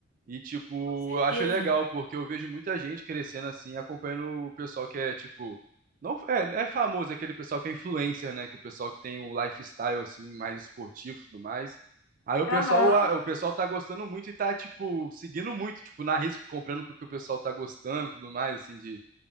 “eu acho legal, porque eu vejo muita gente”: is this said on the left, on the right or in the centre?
Right